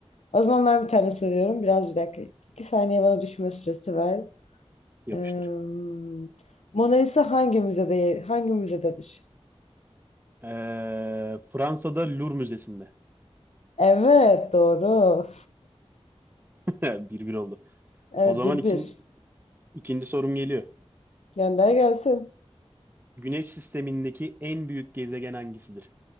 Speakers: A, on the left; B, on the right.
A: O zaman ben bir tane soruyorum. Biraz bir dakika. İki saniye bana düşünme süresi ver.
B: Yapıştır.
A: Ee, Mona Lisa hangi müzede hangi müzededir?
B: Ee, Fransa'da Louvre Müzesi'nde.
A: Evet, doğru.
B: <laughs> Bir bir oldu.
A: Evet,
B: O zaman
A: bir
B: ikin-
A: bir.
B: ikinci sorum geliyor.
A: Gönder gelsin.
B: Güneş sistemindeki en büyük gezegen hangisidir?